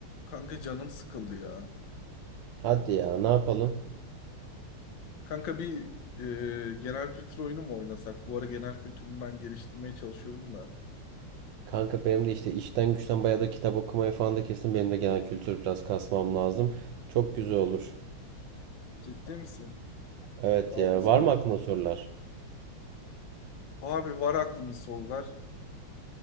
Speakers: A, on the left (about 65°); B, on the right (about 70°).
A: Kanka canım sıkıldı ya.
B: Hadi ya ne yapalım?
A: Kanka bir e, genel kültür oyunu mu oynasak? Bu ara genel kültürümü ben geliştirmeye çalışıyorum da.
B: Kanka benim de işte işten güçten bayağı da kitap okumaya falan da kesin benim de genel kültür biraz kasmam lazım. Çok güzel olur.
A: Ciddi misin?
B: Evet
A: Tamam
B: ya
A: o zaman.
B: var mı aklına sorular?
A: Abi var aklımda sorular.